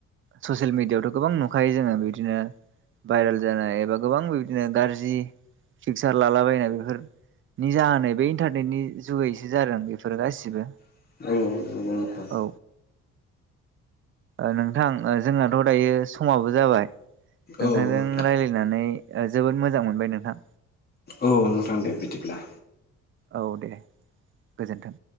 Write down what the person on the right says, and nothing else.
ससियेल मिडियाआवथ' गोबां नुखायो जोङो बिदिनो भाइरेल जानाय एबा गोबां बि बिदिनो गाज्रि फिक्सार लालाबायनाय बेफोर नि जानाय बे इन्टारनेटनि जुगैसो जादों बेफोरो गासिबो।
औ ओ नोंथां जोंनाथ दायो समाबो जाबाय नोंथांजों
राय्लायनानै ओ जोबोद मोजां मोनबाय नोंथां
औ दे गोजोन्थों